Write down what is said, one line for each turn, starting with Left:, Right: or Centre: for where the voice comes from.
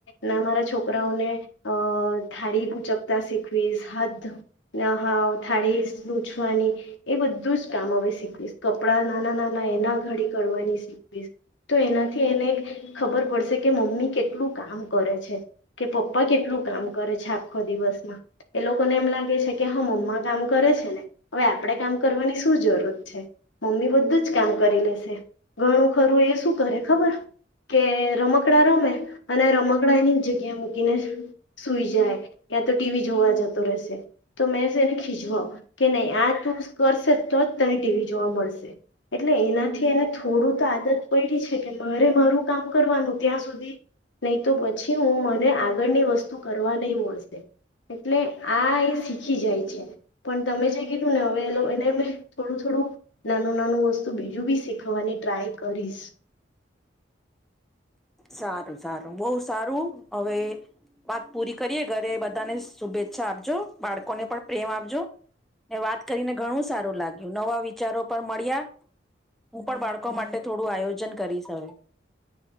Left: ના મારા છોકરાઓને અ થાળી ઊચકતા શીખવીશ હાથ ના હાવ થાળી લુછવાની એ બધું જ કામ હવે શીખવીશ કપડા નાના નાના એના ઘડી કરવાની શીખવીશ તો એનાથી એને ખબર પડશે. કે મમ્મી કેટલું કામ કરે છે, કે પપ્પા કેટલું કામ કરે છે. આખો દિવસમાં એ લોકોને એમ લાગે છે. કે હા મમ્મા કામ કરે ને હવે, આપણેે કામ કરવાની શું જરૂરત છે. મમ્મી બધું જ કામ કરી લેશે. ઘણું ખરું એ શું કરે ખબર રમકડા રમે અને રમકડા એની જગ્યા મૂકીને સુઈ જાય. યા તો ટીવી જોવા જતો રહેશે, તો મેં એને ખીજવાવ કે નહી આ તું કરશે. તો જ તને ટીવી જોવા મળશે એટલે એનાથી એને થોડું તો આદત પડી છે, કે મારે મારું કામ કરવાનું ત્યાં, સુધી નહી તો પછી, હું મને આગળની વસ્તુ કરવા નહી મળશે. એટલે આ એ શીખી જાય છે પણ તમે જે કીધું ને હવેલો એને મે થોડું થોડું નાનું નાનું વસ્તુ બીજું બી શીખવવાની ટ્રાય કરીશ.
Centre: સારું સારું બહુ સારું હવે, વાત પૂરી કરીએ ઘરે બધાને શુભેચ્છા આપજો બાળકોને પણ પ્રેમ આપજો ને વાત કરીને ઘણું સારું લાગ્યું નવા વિચારો પણ મળ્યા હું પણ બાળકો માટે થોડું આયોજન કરીશ હવે.